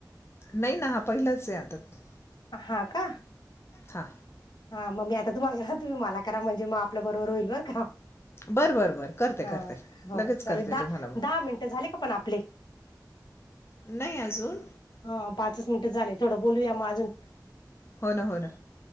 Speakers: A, on the left (about 35°); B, on the left (about 75°).
A: नाही ना हा पहिलाच आहे आताात.
B: हा कहा.
A: हा.
B: हा मग मी आता तुम्हाला करा तुम्ही मला करा म्हणजे म आप बरोबर होईल बर का.
A: बरं बरं बरं करते
B: हा
A: करते
B: हो
A: लगेच करते
B: ले दहा
A: तुम्हाला मग
B: दहा मिनट झाली का पण आपले हा.
A: नाही अजून
B: हा पाच मिनिटं झाले थोडं बोलूया मग अजून.
A: हो ना हो ना.